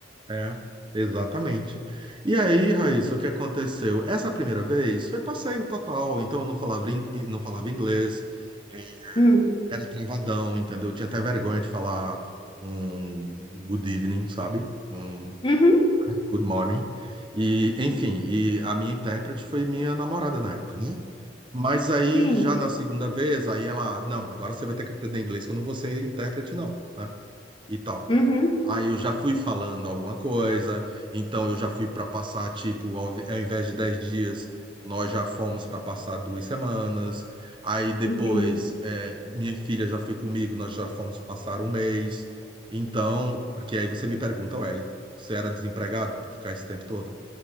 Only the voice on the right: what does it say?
É, exatamente. E aí, Raíssa, o que aconteceu? Essa primeira vez foi passeio total, então eu não falava, in- não falava inglês, é,
era travadão, entendeu? Eu tinha até vergonha de falar um good evening, sabe? Um
good morning. E, enfim, e a minha intérprete foi minha namorada na época, né? Mas aí,
já na segunda vez, aí ela, não, agora você vai ter que aprender inglês, que eu não vou ser intérprete, não, né? E tal.
Aí eu já fui falando alguma coisa, então eu já fui para passar, tipo, ao, ao invés de 10 dias, nós já fomos para passar duas semanas. Aí depois,
é, minha filha já foi comigo, nós já fomos passar um mês. Então, porque aí você me pergunta, ué, você era desempregado para ficar esse tempo todo?